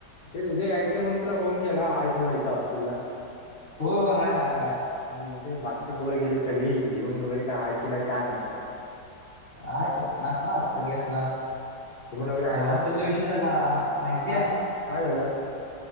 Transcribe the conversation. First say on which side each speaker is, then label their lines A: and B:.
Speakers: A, on the left; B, on the left.
A: तेच उद्या यायचंय म्हणून तुला फोन केला आहेयच ना इथं हॉस्टेलला
B: हो हय हय हय
A: हम् ते बाकीचे पोर गेले सगळी जिमून वगैरे काय आहेत की नाहीत काय माहित आता
B: आहेत असणार सगळी असणार
A: जिमन वगैरे आहे
B: अरे हॉस्टेल
A: ना
B: विषय झाला माहिती
A: काय
B: आहे
A: काय झालं